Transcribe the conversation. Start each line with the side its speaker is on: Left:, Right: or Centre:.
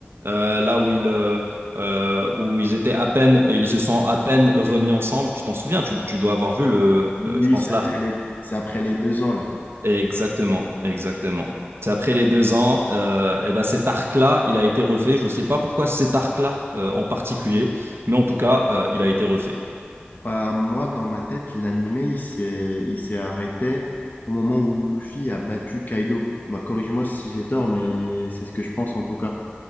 Right: euh, là où ils, euh, euh, où ils étaient à peine, euh, ils se sont à peine remis ensemble. Tu t'en souviens, tu, tu dois avoir vu le,
Left: lui,
Right: euh, je pense,
Left: c'est
Right: l'arc
Left: après les, c'est après les deux ans là.
Right: Exactement, exactement. C'est après les deux ans, euh, eh ben cet arc-là, il a été refait. Je ne sais pas pourquoi cet arc-là euh, en particulier, mais en tout cas, euh, il a été refait.
Left: Bah, moi, dans ma tête, l'animé, il s'est, il s'est arrêté au moment où Luffy a battu Kaido. Bah, corrige-moi si j'ai tort, mais c'est ce que je pense en tout cas.